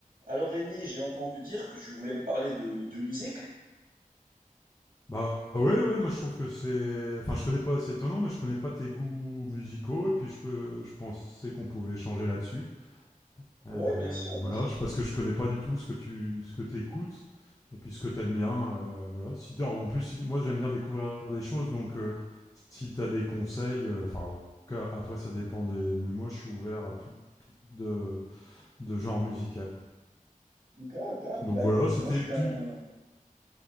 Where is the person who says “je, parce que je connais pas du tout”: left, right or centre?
Left